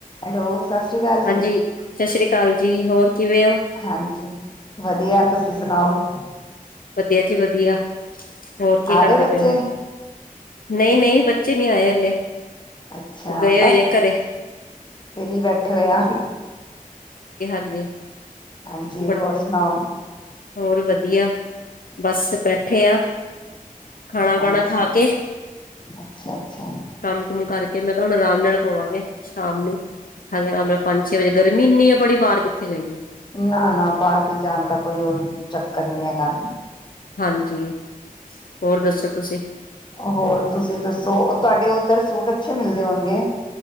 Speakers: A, on the left; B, on the left.
A: Hello ਸਤਿ ਸ੍ਰੀ ਅਕਾਲ ਜੀ
B: ਹਾਂਜੀ ਸਤਿ ਸ੍ਰੀ ਅਕਾਲ ਜੀ ਹੋਰ ਕਿਵੇਂ ਹੋ?
A: ਹਾਂਜੀ ਵਧੀਆ ਤੁਸੀਂ ਸੁਣਾਓ।
B: ਵਧੀਆ ਜੀ ਵਧੀਆ। ਹੋਰ ਕੀ
A: ਆ
B: ਕਰਦੇ
A: ਗਏ ਬੱਚੇ
B: ਪਏ ਹੋ? ਨਹੀਂ-ਨਹੀਂ ਬੱਚੇ ਨਹੀਂ ਆਏ ਹਲੇ।
A: ਅੱਛਾ
B: ਉਹ ਗਏ ਹੋਏ
A: ਬਸ
B: ਨੇ ਘਰੇ,
A: ਫ੍ਰੀ ਬੈਠੇ ਹੋਏ ਆ।
B: <unintelligible>
A: ਹਾਂਜੀ
B: ਬ
A: ਹੋਰ ਸੁਣਾਓ।
B: ਹੋਰ ਵਧੀਆ ਬਸ ਬੈਠੇ ਆ। ਖਾਣਾ
A: ਹਾਂਜੀ
B: ਪਾਣਾ ਖਾ ਕੇ
A: ਅੱਛਾ ਅੱਛਾ
B: ਕੰਮ-ਕੁਮ ਕਰ ਮੈਂ ਕਿਆ ਹੁਣ ਆਰਾਮ ਨਾਲ ਪਵਾਂਗੇ ਸ਼ਾਮ ਨੂੰ। ਉੱਠਾਂਗੇ ਨਾਲ ਪੰਜ ਛੇ ਵਜੇ ਗਰਮੀ ਇੰਨੀ ਆ ਬੜੀ ਬਾਹਰ ਕਿੱਥੇ ਜਾਈਏ।
A: ਨਾ ਨਾ ਬਾਹਰ ਤੇ ਜਾਣ ਦਾ ਕੋਈ ਉਹ ਚੱਕਰ ਹੀਣੀ ਹੇਗਾ
B: ਹਾਂਜੀ ਹੋਰ ਦੱਸੋ ਤੁਸੀਂ?
A: ਹੋਰ ਤੁਸੀਂ ਦੱਸੋ ਤੁਹਾਡੇ ਉੱਧਰ ਸੂਟ ਅੱਛੇ ਮਿਲਦੇ ਹੋਣਗੇ?